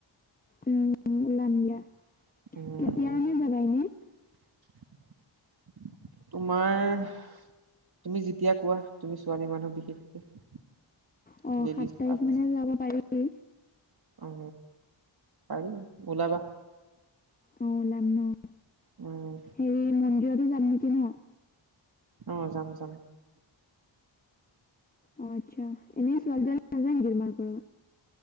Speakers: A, on the left (about 20°); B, on the right (about 50°).
A: উম-উম ওলাম দিয়া।
B: উম,
A: কেতিয়া মানে যাবা এনে?
B: উম। তোমাৰ তুমি যেতিয়া কোৱা তুমি ছোৱালী মানুহ বিশেষকে
A: অ
B: লেডিজ
A: সাত তাৰিখ
B: ফাৰ্ষ্ট।
A: মানে যাব পাৰি।
B: উ, পাৰি ওলাবা।
A: অ' ওলাম ন'?
B: উম।
A: হেৰি মন্দিৰতো যাম নেকি ন'!
B: অ' যাম যাম।
A: অ' আচ্ছা এনেই ছোৱালী <unintelligible> নাজায় নেকি তোমালোকৰ লগত?